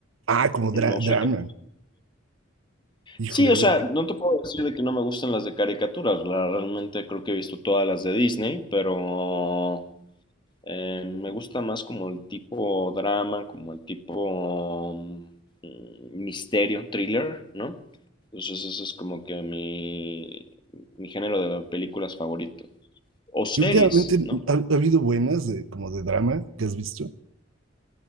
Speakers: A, on the right; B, on the left.
A: Ah, como dra-
B: No
A: drama.
B: soy tan...
A: Híjole,
B: Sí, o
A: a
B: sea,
A: ver.
B: no te puedo decir de que no me gustan las de caricaturas. La, realmente creo que he visto todas las de Disney, pero eh, me gusta más como el tipo drama, como el tipo mm, misterio, thriller, ¿no? Entonces eso es como que mi, mi género de películas favorito. O series,
A: Y últimamente
B: ¿no?
A: ha, ha habido buenas de, como de drama que has visto.